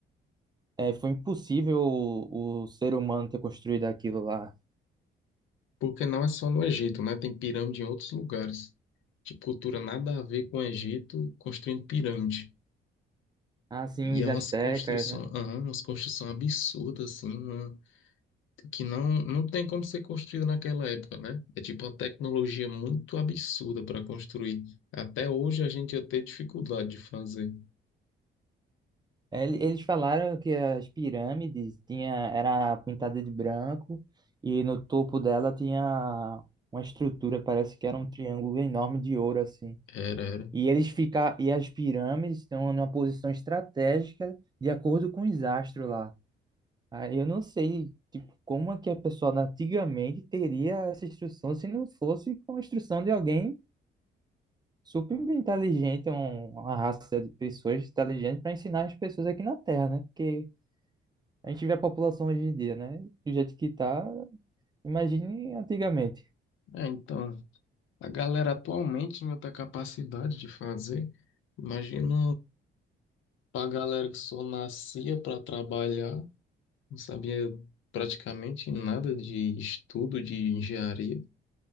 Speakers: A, on the right; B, on the left.
A: é, foi impossível o, o ser humano ter construído aquilo lá.
B: porque não é só no Egito, né? Tem pirâmide em outros lugares. De cultura nada a ver com o Egito, construindo pirâmide.
A: Assim,
B: E
A: os
B: é
A: astecas,
B: umas construções,
A: né?
B: umas construções absurdas, assim, uma- que não, não tem como ser construída naquela época, né? É tipo uma tecnologia muito absurda para construir. Até hoje a gente ia ter dificuldade de fazer.
A: É, Ele- Eles falaram que as pirâmides tinha, era pintada de branco e no topo dela tinha uma estrutura, parece que era um triângulo enorme de ouro assim.
B: Era, era.
A: E eles fica, e as pirâmides estão numa posição estratégica de acordo com os astros lá. Aí eu não sei, tipo, como é que a pessoa antigamente teria essa instrução se não fosse com a instrução de alguém super inteligente, um- uma raça de pessoas inteligentes para ensinar as pessoas aqui na Terra, né? Porque a gente vê a população hoje em dia, né? Do jeito que tá, imagine antigamente.
B: É, então, a galera atualmente não tem a capacidade de fazer. Imagina Pra galera que só nascia para trabalhar, não sabia praticamente nada de estudo de engenharia,